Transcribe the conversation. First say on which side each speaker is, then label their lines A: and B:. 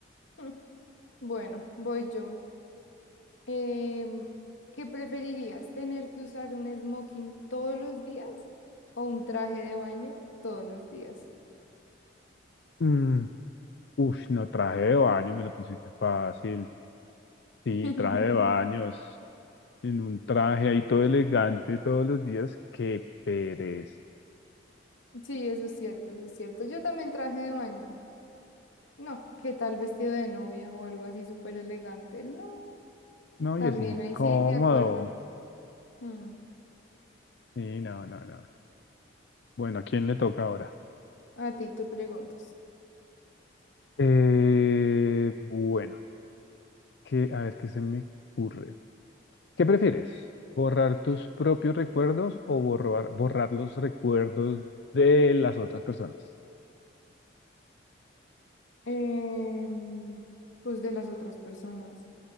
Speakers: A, on the left (about 85°); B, on the left (about 60°).
A: Mm. Bueno, voy yo. Em, ¿qué preferirías? ¿Tener que usar un smoking todos los días o un traje de baño todos los días?
B: Mm, uf, no traje de baño, me la pusiste fácil. Sí,
A: <laughs>
B: traje de baños, en un traje ahí todo elegante todos los días. Qué pereza.
A: Sí, eso es cierto, eso es cierto. Yo también traje de baño. No, ¿qué tal vestido de novia o algo así súper elegante? No,
B: No,
A: también
B: y es incómodo.
A: ahí sí, de acuerdo. Mm,
B: Sí, no, no, no. Bueno, ¿a quién le toca ahora?
A: A ti, tú preguntas.
B: Eh, bueno. Que, a ver, ¿qué se me ocurre? ¿Qué prefieres? ¿Borrar tus propios recuerdos o borrar, borrar los recuerdos de las otras personas?
A: Em, pues de las otras personas.